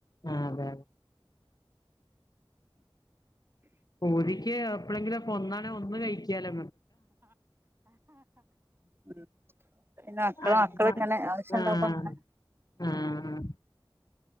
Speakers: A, on the left (about 45°); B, on the right (about 25°).
A: ആ അതെ പൂതി എപ്പളെങ്കിലൊക്കെ ഒന്നാണെ ഒന്ന് കഴിക്കാലോ
B: ഉം പിന്നെ മക്കള്
A: അടുത്ത
B: മക്കള് ഇങ്ങനെ ആവശ്യം
A: ആഹ
B: ഉണ്ടാവുമ്പോ അങ്ങനെ
A: ആഹ